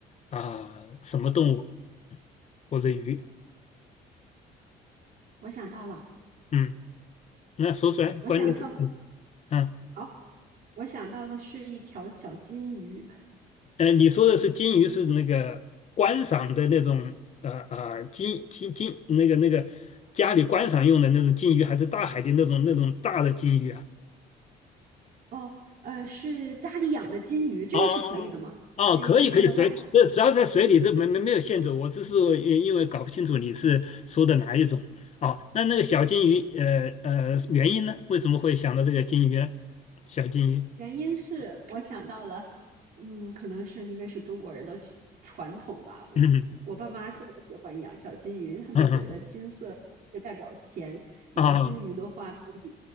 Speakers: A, on the left; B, on the right.
A: 啊、什么动物或者鱼？
B: 我想到了，
A: 嗯，那说出来，
B: 我想到
A: 关键是嗯，啊
B: <laughs>，好，我想到的是一条小金鱼。
A: 呃，你说的是金鱼是那个观赏的那种呃呃金金金那个那个家里观赏用的那种金鱼，还是大海的那种那种大的金鱼啊？
B: 哦，呃，是家里养的金鱼，这个是可以的吗？
A: 哦哦，
B: 还是一定生活在？
A: 哦可以可以，水，这只要在水里，这没没没有限制。我只是呃因为搞不清楚你是说的哪一种哦。那那个小金鱼，呃呃，原因呢？为什么会想到这个金鱼呢？小金鱼，
B: 原因是我想到了，嗯，可能是因为是中国人的习传统吧。我我爸妈特别喜欢养小金鱼，
A: <laughs> 嗯
B: 他们觉得金色就代表钱，
A: 嗯嗯，
B: 养金鱼的话可以，
A: 啊